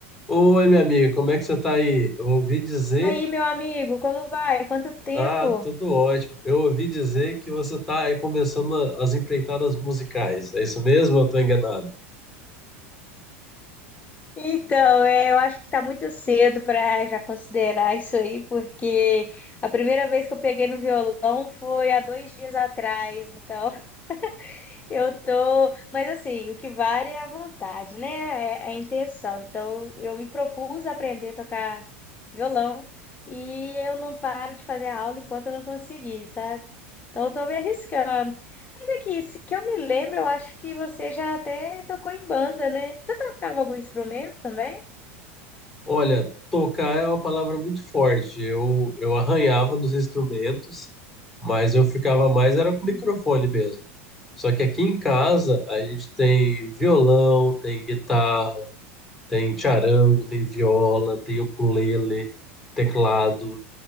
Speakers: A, in the centre; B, on the left.
A: Oi, minha amiga, como é que você tá aí? Eu ouvi dizer.
B: E aí, meu amigo, como vai? Quanto tempo?
A: Ah, tudo ótimo. Eu ouvi dizer que você tá aí começando a- as empreitadas musicais. É isso mesmo? ou Eu tô enganado.
B: Então, é, eu acho que está muito cedo para já considerar isso aí, porque a primeira vez que eu peguei no violão foi há dois dias atrás, então <laughs> eu tô. Mas assim, o que vale é a vontade, né? É é a intenção. Então, eu me propus a aprender a tocar violão e eu não paro de fazer aula enquanto eu não conseguir, sabe? Então, eu tô me arriscando. Mas é que, se- que eu me lembro, eu acho que você já até tocou em banda, né? Você tocava algum instrumento também?
A: Olha, tocar é uma palavra muito forte. Eu, eu arranhava nos instrumentos, mas eu ficava mais era com o microfone mesmo. Só que aqui em casa a gente tem violão, tem guitarra, tem charango, tem viola, tem ukulele, teclado.